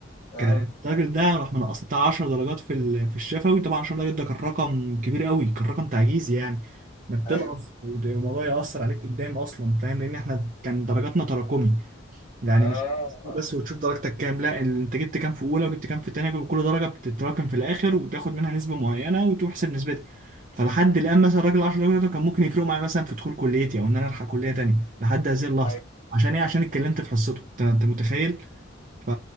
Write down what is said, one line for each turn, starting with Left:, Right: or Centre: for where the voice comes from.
Left: اه
Right: كان الراجل ده راح منقص بتاع 10 درجات في ال- في الشفوي طبعا 10 درجات ده كان رقم كبير قوي كان رقم تعجيزي يعني انك
Left: ايوه
Right: تنقص والموضوع يأثر عليك قدام اصلا فاهم لان احنا كان درجاتنا تراكمي يعني
Left: اه
Right: مش بس وتشوف درجتك كام لا ال- انت جبت كام في اولى وجبت كام في تانية وكل درجه بتتراكم في الاخر وتاخد منها نسبه معينه وتحسب نسبتها فلحد الان مثلا الراجل 10 درجات بتوعه كان ممكن يفرقوا معايا مثلا في دخول كليتي او ان انا الحق كليه تانية لحد هذه اللحظه
Left: ايوه
Right: عشان ايه عشان اتكلمت في حصته انت انت متخيل ف...